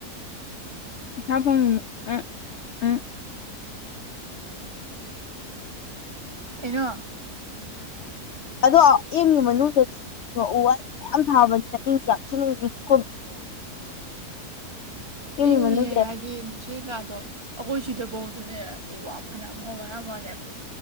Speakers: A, on the left; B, on the right.
A: ꯄꯩꯁꯥꯐꯪ ꯑ ꯑ
B: ꯑꯩꯅꯣ
A: <unintelligible> ꯑꯗꯣ ꯑꯦꯝꯒꯤ ꯃꯅꯨꯡꯗꯗꯤ ꯏꯪꯉꯤꯉꫭ ꯎꯨ ꯋꯥ ꯃꯌꯥꯝ ꯊꯥꯕꯅꯤꯅ ꯏꯪꯉꯤ ꯌꯥꯝꯊꯤꯅ ꯏꯪꯉꯤ ꯀꯣ ꯑꯦꯝꯒꯤ
B: ꯏꯪꯅꯤꯍꯦ
A: ꯃꯅꯨꯡꯁꯦ
B: ꯍꯥꯏꯗꯤ ꯅꯨꯡꯁꯤꯠ ꯀꯩꯀꯥꯗꫭ ꯑꯩꯈꯣꯏ ꯁꯤꯗꯕꯧꯗꯅꯦ ꯎ ꯋꯥ ꯐꯅꯌꯥꯝ ꯍꯥꯎꯋꯦ ꯍꯥꯏꯕꯋꯅ‌ꯦ